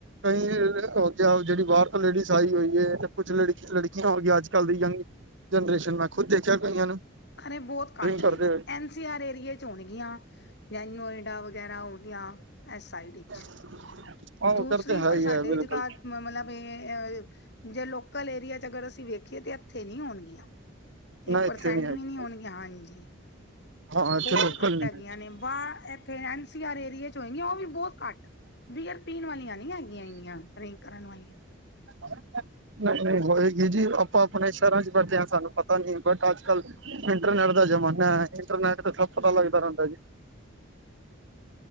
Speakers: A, on the right; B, on the left.
A: ਕਈ ਹੋ ਗਿਆ ਜਿਹੜੀ ਬਾਹਰ ਤੋਂ ਲੇਡੀਜ਼ ਆਈ ਹੋਈ ਏ ਜਾਂ ਕੁੱਛ ਲੜਕਿਆ ਲੜਕੀ ਹੋ ਗਿਆ ਅੱਜ ਕੱਲ੍ਹ ਦੀ ਯੰਗ ਜਨਰੇਸ਼ਨ ਮੈਂ ਖੁਦ ਦੇਖਿਆ ਕਈਆਂ ਨੂੰ।
B: ਅਰੇ ਬਹੁਤ ਕਾਟ
A: ਡਰਿੰਕ ਕਰਦੇ
B: ਨੇ ਪਰ
A: ਹੋਏ
B: ਐ ਐਨ ਸੀਂ ਆਰ ਏਰੀਏ 'ਚ ਹੋਣਗੀਆਂ ਯ ਨੋਇਡਾ ਵਗੈਰਾ ਹੋ ਗਿਆ ਇਸ ਸਾਈਡ ਵਿੱਚ।
A: <inaudible>
B: ਦੂਸਰੀ
A: ਤੇ ਹੈ
B: ਪਰ
A: ਹੀ
B: ਸਾਡੇ
A: ਹੈ ਬਿਲਕੁਲ
B: ਜਗਾ ਮਤਲਬ ਇਹ ਅਹ ਜੇ ਲੋਕਲ ਏਰੀਆ 'ਚ ਅਗਰ ਵੇਖੀਏ ਤੇ ਇਥੇ ਨੀ ਹੋਣਗੀਆਂ ਇੱਕ
A: ਨਾ
B: ਪਰਸੈਂਟ
A: ਇੱਥੇ ਹੈਗੀ
B: ਵੀ ਨੀ ਹੋਣਗੀਆਂ ਹਾਂਜੀ।
A: ਹਾਂ ਇੱਥੇ
B: ਬਹੁਤ
A: ਲੋਕਲ
B: ਘੱਟ
A: ਨੀ
B: ਹੈਗੀਆਂ
A: ਹੈਗੀ
B: ਨੇ ਵਾਹ ਇਹ ਫੇਰ ਐਨ ਸੀ ਆਰ ਏਰੀਏ 'ਚ ਹੋਏ ਗਿਆਂ ਉਹ ਵੀ ਬਹੁਤ ਘੱਟ ਬੀਅਰ ਪੀਣ ਵਾਲੀਆਂ ਨੀ ਹੈਗੀਆਂ ਇੰਨੀਆਂ ਡਰਿੰਕ ਕਰਨ ਵਾਲੀਆਂ
A: <inaudible> ਨਹੀਂ ਨਹੀਂ ਹੋਏਗੀ ਜੀ ਆਪਾਂ ਆਪਣੇ ਸ਼ਹਿਰਾਂ ਚ, ਬੈਠੇ ਹਾਂ। ਸਾਨੂੰ ਪਤਾ ਨੀ ਬਟ ਅੱਜ ਕੱਲ੍ਹ ਇੰਟਰਨੈਟ ਦਾ ਜ਼ਮਾਨਾ ਹੈ ਇੰਟਰਨੈਟ ਤੇ ਸਭ ਪਤਾ ਲਗਦਾ ਰਹਿੰਦਾ ਜੀ